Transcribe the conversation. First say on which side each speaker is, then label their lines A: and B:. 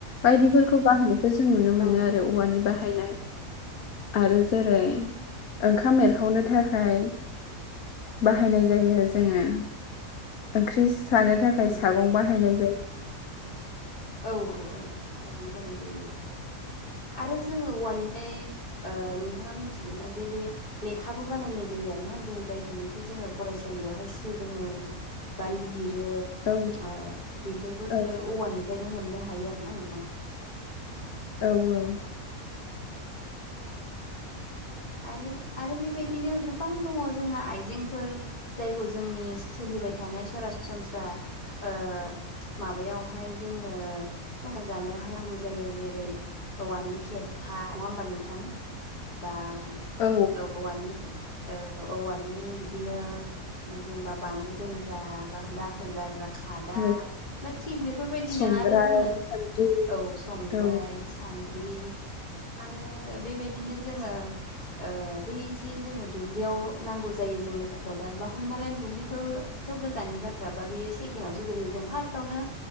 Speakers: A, on the left; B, on the left.
A: बायदिफोरखौ बाहायनायखौ जों नुनो मोनो
B: औ
A: आरो
B: औ
A: औवानि बाहायनाय। आरो जेरै ओंखाम एरखावनो थाखाय बाहायनाय जायो जोङो ओंख्रि सानो थाखाय
B: नंगौ
A: सागं
B: नंगौ
A: बाहायनाय जाय
B: औ औ औ। सागं बाहाय जायो औ। आरो जोंङो औवानिफाय ओ नोंथांङा मिथिगौ नना जे बे लेखाबो बानायनाय जायो आरोना जों जायथुनिखि जोङो फरायसालियावहाय सोलोङो बा लिरो
A: औ
B: आ बिफोरखौ
A: औ
B: जोंङो औवानिफ्रायनो मोननो हायो आरो ना नोंथां।
A: औ औ।
B: औ। आरो आरो बेबायदिनो गोबां दङ जोंहा आइजेंफोर जायखौ जोंनि सोलिबाय थानाय सरासनस्रा ओ माबायावहाय जोंनो संसार जानायावहाय नांगौ जायो। जेरै औवानि खेरखा नंङा होमबा नोंथां बा
A: औ
B: औवानि ओ औवानि बिदिनो जेनेबा बानलु दोनग्रा बा <unintelligible> खोर गारग्रा खादा
A: औ
B: बा थिग बेफोरबायदिनो
A: संग्राय
B: आरो जोङो
A: सान्द्रि
B: औ संग्राय
A: औ
B: सानद्रि आरो बेबायदिनो जोङो ओ बैजे जोङो दुब्लियाव नांगौ जायो जोंनो खदाल बा हमनालाय दुब्लिखौ थ' गोजाननि बाथ्रा बा बेयो सेकेण्डआवसो गोलैयो जों फार्स्टआवनो